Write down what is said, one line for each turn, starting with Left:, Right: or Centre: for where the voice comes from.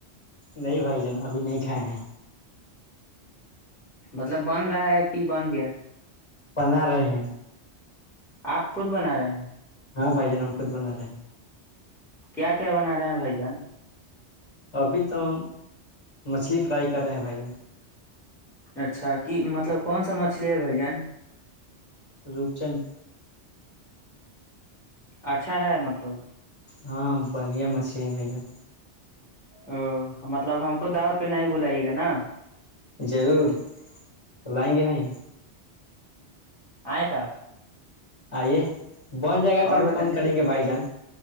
Left: نہیں بھائی جان ابھی نہیں کھائے ہیں
Centre: مطلب بن رہا ہے کہ بن گیا
Left: بنا رہے ہیں
Centre: آپ خود بنا رہے ہیں
Left: ہاں بائی جے نمفوت بن رہے ہے
Centre: کیا کیا بنا رہے ہیں بھائی جان
Left: ابھی تو ہم مچھلی فرائی کر رہے ہیں بھائی جان
Centre: اچھا کہ مطلب کون سا مچھلی ہے گن
Left: روپچند
Centre: اچھا ہے مطلب
Left: ہاں بڑھیا مچھلی ہے بھیا
Centre: او مطلب ہم کو دعوت پہ نہیں بلائیے گا نا
Left: ضرور تو لائیں گے نہیں
Centre: آئے کا
Left: آئیے بن جائے گا تو
Centre: اور
Left: ہم
Centre: بت
Left: فون کریں گے بھائی جان